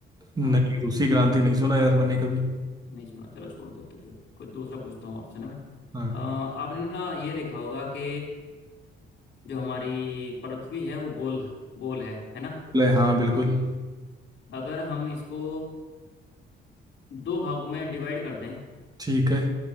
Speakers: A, on the right (about 20°); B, on the left (about 60°).
A: नहीं
B: हाँ
A: रूसी क्रांति नहीं सुना यार मैंने कभी
B: नहीं सुना चलो छोड़ देते फिर कुछ दूसरा पूछता हूँ आपसे ना मैं
A: हाँ।
B: अ, आपने ना ये देखा होगा कि जो हमारी पृथ्वी है वो गोल गोल है है ना
A: ले हाँ बिल्कुल
B: अगर हम इसको दो भागों में डिवाइड कर दें
A: ठीक है